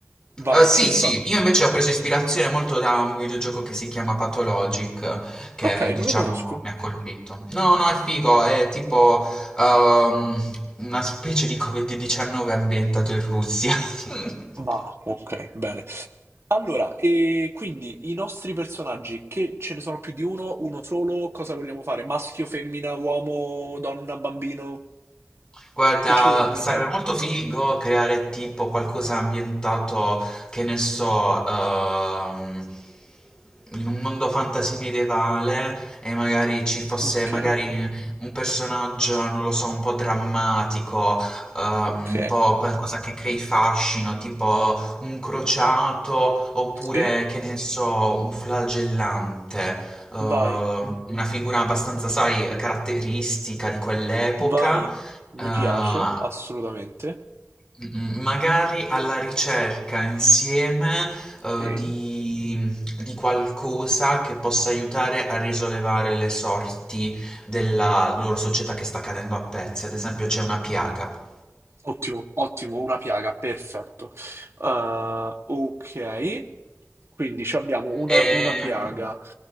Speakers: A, on the right (about 60°); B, on the left (about 15°).
A: Vai,
B: Eh, sì,
A: ci sta.
B: sì, io invece ho preso ispirazione molto da un videogioco che si chiama Pathologic, che
A: Ok,
B: diciamo
A: non lo conosco.
B: mi ha colpito. No, no, è figo, è tipo ehm, una specie di Covid-19 ambientato in Russia. <laughs>
A: Ma, ok, bene. Allora, e quindi i nostri personaggi, che ce ne sono più di uno, uno solo, cosa vogliamo fare? Maschio, femmina, uomo, donna, bambino?
B: Guarda,
A: Che ci vogliamo inventare?
B: sarebbe molto figo creare tipo qualcosa ambientato, che ne so, ehm, in un mondo fantasy medievale e magari ci fosse
A: Ok,
B: magari un personaggio, non lo so, un po' drammatico, ehm,
A: ok.
B: un po' qualcosa che crei fascino, tipo un crociato oppure,
A: Sì,
B: che ne so, un flagellante. ehm,
A: vai,
B: una figura abbastanza, sai, caratteristica di quell'epoca,
A: vai. Mi
B: Ah,
A: piace, assolutamente.
B: m- m- magari alla ricerca insieme eh,
A: Sì.
B: di, di qualcosa che possa aiutare a risollevare le sorti della loro società che sta cadendo a pezzi. Ad esempio, c'è una piaga.
A: Ottimo, ottimo, una piaga, perfetto. Eh, ok, quindi ci abbiamo una,
B: Ehm,
A: una piaga.